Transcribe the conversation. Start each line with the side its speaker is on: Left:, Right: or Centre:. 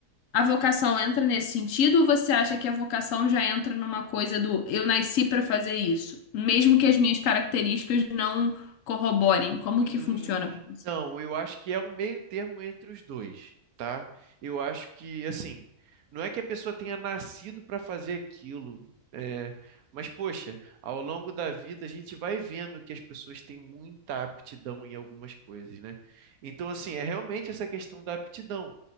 Left: A vocação entra nesse sentido ou você acha que a vocação já entra numa coisa do eu nasci para fazer isso, mesmo que as minhas características não corroborem? Como
Right: Hum,
Left: que funciona? pra você?
Right: Não, eu acho que é um meio termo entre os dois, tá? Eu acho que, assim, não é que a pessoa tenha nascido para fazer aquilo, é, mas, poxa, ao longo da vida a gente vai vendo que as pessoas têm muita aptidão em algumas coisas, né? Então, assim, é realmente essa questão da aptidão.